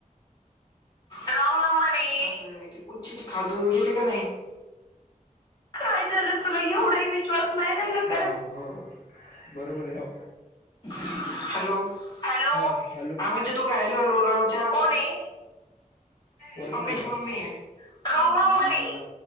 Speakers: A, on the left; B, on the left.
A: <unintelligible> काय झालं तुला. एवढाही विश्वास नाही राहिला
B: हा
A: का रे.
B: हो. बरोबरय. हो.
A: <inaudible> Hello, hello.
B: हा हॅलो
A: हा म्हणजे तो काय हॅलो हॅलो राव चार. कोणय? <inaudible>
B: ओळखलं
A: पप्पीची
B: नाही का
A: मम्मीय. राँग नंबरय.